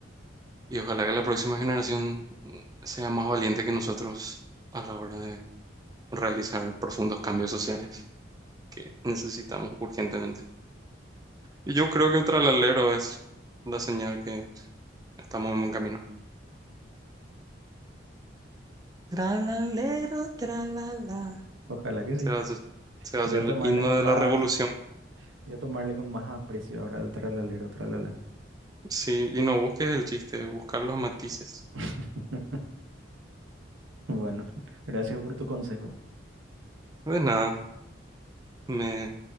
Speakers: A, on the right (about 20°); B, on the right (about 85°).
A: Y ojalá que la próxima generación mm, sea más valiente que nosotros a la hora de realizar profundos cambios sociales que necesitamos urgentemente. Y yo creo que el tralalero es la señal que estamos en buen camino. Tralalero, tralala.
B: Ojalá que sí.
A: Se va a hacer, se va
B: Voy
A: a hacer
B: a
A: el
B: tomarle
A: himno
B: con
A: de
B: más,
A: la revolución.
B: voy a tomarle con más aprecio ahora al tralalero, tralala.
A: Sí, y no busques el chiste, buscar los matices.
B: <laughs> Bueno, <laughs> gracias por tu consejo.
A: De nada, me,